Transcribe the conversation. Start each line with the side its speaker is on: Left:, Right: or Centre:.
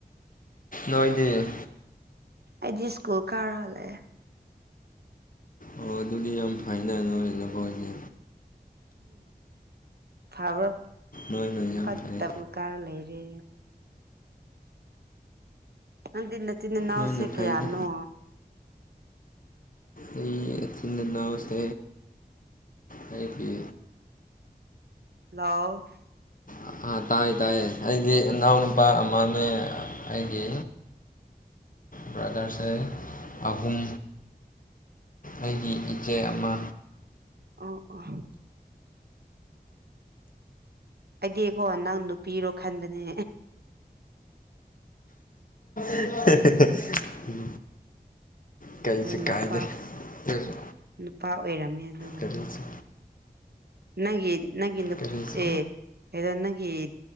Left: ꯅꯣꯏꯗꯤ
Right: ꯑꯩꯗꯤ ꯁ꯭ꯀꯨꯜ ꯀꯥꯔ ꯍꯜꯂꯛꯑꯦ
Left: ꯑꯣ ꯑꯗꯨꯗꯤ ꯌꯥꯝ ꯐꯥꯏꯅ ꯅ‌ꯣꯏ ꯅꯈ‌ꯣꯏꯗꯤ
Right: ꯐꯥꯕꯔ
Left: ꯅꯣꯏꯅ ꯌꯥꯝ
Right: ꯐꯠꯇꯕꯨ
Left: ꯐꯩ
Right: ꯀꯥꯔ ꯂꯩꯔꯦ ꯅꯪꯗꯤ ꯅꯆꯤꯟ ꯅꯅꯥꯎꯁꯦ
Left: ꯅꯣꯏꯅ
Right: ꯀꯌꯥꯅꯣ
Left: ꯐꯩꯗ ꯑꯩ ꯑꯆꯤꯟ ꯑꯅꯥꯎꯁꯦ ꯑꯩꯒꯤ
Right: ꯍꯜꯂꯣ
Left: ꯎꯝ ꯑꯥ ꯇꯥꯏꯌꯦ ꯇꯥꯏꯌꯦ ꯑꯩꯗꯤ ꯏꯅꯥꯎ ꯅꯨꯄꯥ ꯑꯃꯅꯦ ꯑꯩꯒꯤ ꯕ꯭ꯔꯥꯗꯔꯁꯦ ꯑꯍꯨꯝ ꯑꯩꯒꯤ ꯏꯆꯦ ꯑꯃ
Right: ꯑ ꯑ ꯑꯩꯗꯤꯀꯣ ꯅꯪ ꯅꯨꯄꯤꯔꯣ ꯈꯟꯕꯅꯦ
Left: <unintelligible> ꯀꯩꯁꯨ
Right: ꯑꯗꯨꯒ
Left: ꯀꯥꯏꯗꯦ
Right: ꯅꯨꯄꯥ
Left: ꯑꯗꯨꯁꯨ
Right: ꯅꯨꯄꯥ ꯑꯣꯏꯔꯝꯃꯦ ꯑꯗꯨꯒ
Left: ꯀꯔꯤꯁꯨ
Right: ꯅꯪꯒꯤ ꯅꯪꯒꯤ ꯅꯨ
Left: ꯀꯔꯤꯁꯨ
Right: ꯑꯦ ꯀꯩꯅꯣ ꯅꯪꯒꯤ